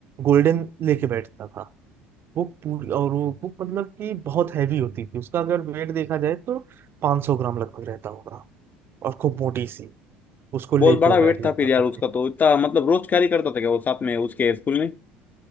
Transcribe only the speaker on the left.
बहुत बड़ा
वेट
था फिर
यार उसका तो इतना मतलब रोज कैरी करता था क्या वो साथ में उसके स्कूल में